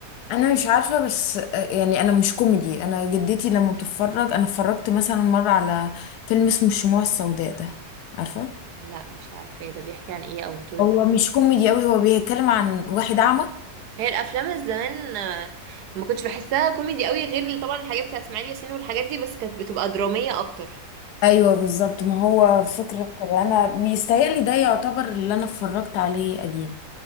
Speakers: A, on the left; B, on the right.
A: انا مش عارفه بس آه، يعني انا مش كوميدي انا جدتي لما بتتفرج انا اتفرجت مثلا مره على فيلم اسمه الشموع السوداء ده عارفه
B: لا مش عارفة ده بيحكي عن إيه أو بطولة
A: هو مش كوميدي قوي هو بيتكلم عن واحد اعمى
B: هي الأفلام الزمان آه، ما كنتش بحسها كوميدي قوي غير طبعا الحاجات بتاعت إسماعيل ياسين والحاجات دي بس كانت بتبقى درامية أكتر
A: ايوه بالظبط ما هو فكرة كده انا بيستاهل ده يعتبر اللي انا اتفرجت عليه قديم